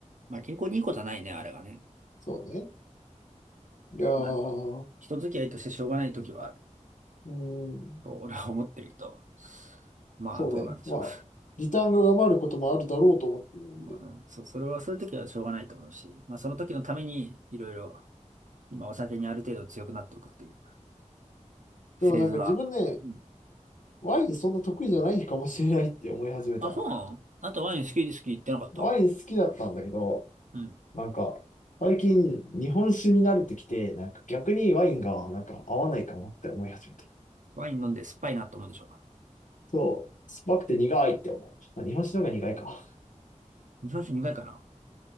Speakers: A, on the right; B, on the left.
A: まあ、健康にいいことはないね、あれはね。
B: そうね。いやー、
A: まあ、人付き合いとしてしょうがないときはある
B: うん、
A: と、俺は思ってるけど。まあ、
B: そうね。
A: どうなんでしょう。
B: まあ、リターンが上回ることもあるだろうと思ってるんで。
A: まあ、うんそ、それは、そういうときはしょうがないと思うし、まあ、その時のために、いろいろ、今お酒にある程度強くなっておくっていうフェーズは、
B: でもなんか自分ね、
A: うん
B: ワインそんな得意じゃないかもしれないって思い始めた。
A: あ、そうなのあなたワイン好き好き言ってなかった
B: ワイン好きだったんだけど、
A: うん。
B: なんか、最近日本酒に慣れてきて、なんか逆にワインがなんか合わないかもって思い始めた。
A: ワイン飲んで酸っぱいなと思うでしょうか。
B: そう、酸っぱくて苦いって思う。あ日本酒の方が苦いか。
A: 日本酒苦いかな